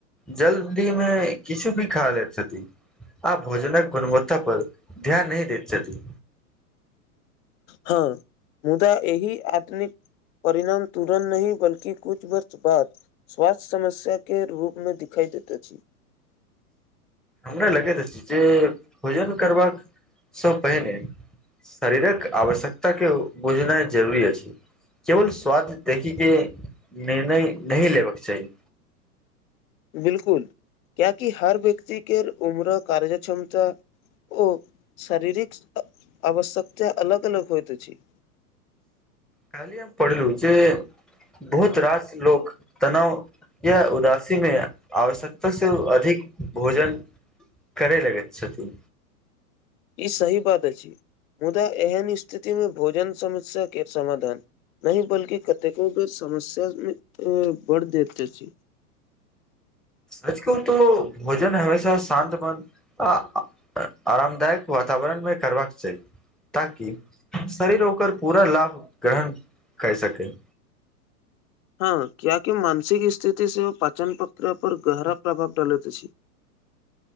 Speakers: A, in the centre; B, on the left.
A: जल्दीमे किछु भी खा लैत छथिन आ भोजनक गुणवत्ता पर ध्यान नहि दैत छथि
B: हाँ मुदा एहि आत्विक परिणाम तुरन् नहि बल्कि कुछ वक्त बाद स्वास्थ्य समस्या के रूपमे दिखाई देत अछि
A: हमरा लगैत अति जे भोजन करबासँ पहिने शरीरक आवश्यकता के बुझनाइ जरूरी अछि केवल स्वाद देखीके निर्णय नहि लेबऽके चाही
B: बिल्कुल क्याकि हर व्यक्ति के उमर कार्य क्षमता ओ शरीरिक आवश्यकता अलग अलग होइत अछि
A: काल्हि हम पढ़लू जे बहुत रास लोक तनाव या उदासीमे आवश्यकता से अधिक भोजन करै लगैत छथि
B: इ सही बात अछि मुदा एहन स्थितिमे भोजन समस्याके समाधान नहि बल्कि कतेको समस्यामे बढ़ देते अछि
A: सच कहु तो भोजन हमेशा शान्त मन आ ऐ-ए-आरामदायक वातावरण मे करबाक चाही ताकि शरीर ओकर पूरा लाभ ग्रहण कय सकै
B: हाँ क्याकि मानसिक स्थिति से ओ पाचनतंत्र पर गहरा प्रभाव डालैत अछि